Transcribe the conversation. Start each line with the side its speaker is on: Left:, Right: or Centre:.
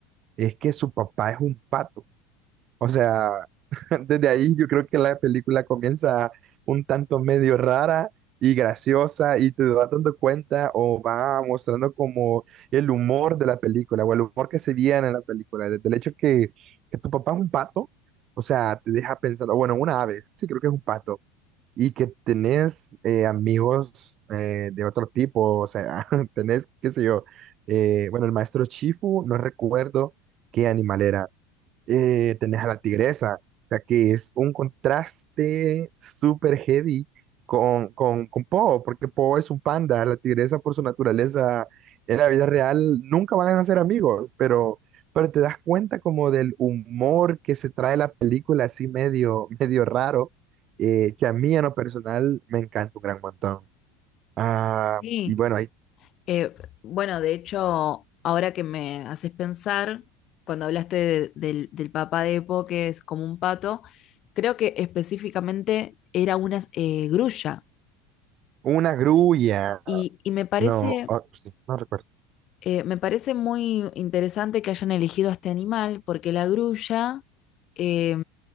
Right: es que su papá es un pato. O sea, <laughs> desde ahí yo creo que la película comienza un tanto medio rara y graciosa y te vas dando cuenta o va mostrando como el humor de la película o el humor que se viene en la película. Desde el hecho que, que tu papá es un pato, o sea, te deja pensando, bueno, una ave, sí creo que es un pato, y que tenés eh, amigos eh, de otro tipo, o sea, <laughs> tenés, qué sé yo, eh, bueno, el maestro Chifu, no recuerdo qué animal era eh, tenés a la tigresa, o sea que es un contraste súper heavy con, con, con Po, porque Po es un panda, la tigresa por su naturaleza en la vida real nunca van a ser amigos, pero, pero te das cuenta como del humor que se trae la película así medio, <laughs> medio raro, eh, que a mí en lo personal me encanta un gran montón. Ah,
Left: Sí.
Right: y bueno, hay
Left: Eh, bueno, de hecho, ahora que me haces pensar, cuando hablaste de- del, del papá de Epo, que es como un pato, creo que específicamente era una eh, grulla.
Right: una grulla,
Left: Y, y me parece,
Right: no, oh, sí, no recuerdo.
Left: eh, me parece muy interesante que hayan elegido a este animal, porque la grulla eh,